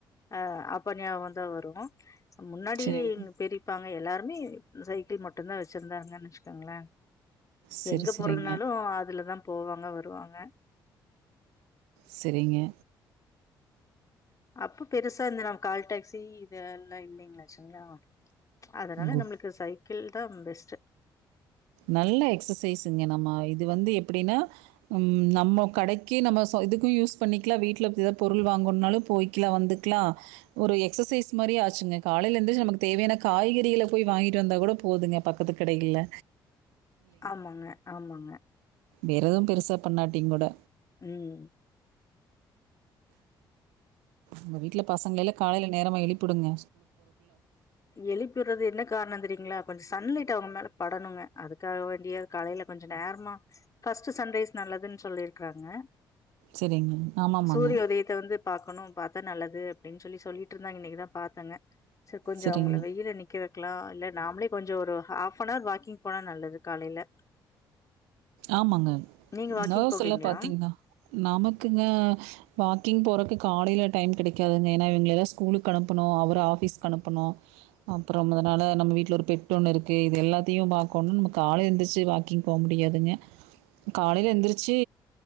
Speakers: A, on the left; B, on the right.
A: அ அப்பா ஞாவ்கந்தா வரு சம் முன்னாடி
B: சரிங்க.
A: எங் பெரிப்பாங் அ எல்லார்மி சைக்கிள் மட் டுந்தா வெச்சிருந்தாங்கன் வெச்சுக்கங்ளே
B: சரி,
A: எங்க
B: சரிங்க.
A: போறதுனாலு அதுலதா போவாங்க வருவாங்க
B: செரிங்க
A: அப்பொ பெருசா இந்த நம் கால் டேக்ஸ் டி இத எல்லா இல்லைங்லே செங்லா அதனால
B: குட்.
A: நம்ளுக்கு சைக் கிள் தம் பெஸ்ட்டு
B: நல்ல எக்சசைஸுங்க நம்ம இது வந்து எப்டின்னா ம் நம்ம கடைக்கு நம்ம சொ இதுக்கு யூஸ் பண்ணிக்லா வீட்ல எதா பொருள் வாங்கொன்னாலு போய்கிலா வந்துக்லா ஒரு எக்சசைஸ் மாரி ஆச்சுங்க காலைல எந்துச்சு நமக்கு தேவையான காய்கறிகள போய் வாங்கிட்டு வந்தா கூட போதுங்க பக்கத்து கடைகள்ல
A: ஆமாங்க ஆமாங்க
B: வேறெதும் பெருசா பண்ணாட்டிங் கூட
A: உம்
B: எங்க வீட்ல பசங்கலைல்லா காலையில நேரமா எழுப் புடுங்க
A: எழுப்விட்றது என்ன காரணொ தெரியுங்ளா கொஞ்ச சன்லைட் அவங்க மேல படணுங்க அதுக்காக வேண்டியாது காலையில கொஞ்ச நேரமா ஃபர்ஸ்ட்டு சன்ரைஸ் நல்லதுன் சொல்லிர்க்றாங்க
B: சரிங்க. ஆமாமாங்க.
A: சூரிய உதயத்த வந்து பாக்கணும் பாத்தா நல்லது அப்டின் சொல்லி சொல்லிட்ருந்தாங்க இன்னைக்குதா பாத்தங்க சர் கொஞ்சொ
B: சரிங்க.
A: அவங்கள வெயில நிக்க க்லாம் இல்ல நாமளே கொஞ்சொ ஒரு ஹாஃப்பனர் வாக்கிங் போனா நல்லது காலையில
B: ஆமாங்க
A: நீங்க வாக்கிங்
B: நாஸ்ஸெல்லா
A: போவீங்களா
B: பாத்திங்னா நமக்குங்க வாக்கிங் போறக்கு காலைல டைம் கெடைக்காதுங்க ஏனா இவங்களைலா ஸ்கூலுக்கு அனுப்பணு அவர் ஆஃபீஸ்கு அனுப்பணு அப்றம் அதனால நம்ம வீட்டில் ஒரு பெட் ஒன்னு இருக்கு இது எல்லாத்தையு பாக்கோனு நம்ம காலை எந்திச்சி வாக்கிங் போ முடியாதுங்க காலைல எந்திரிச்சி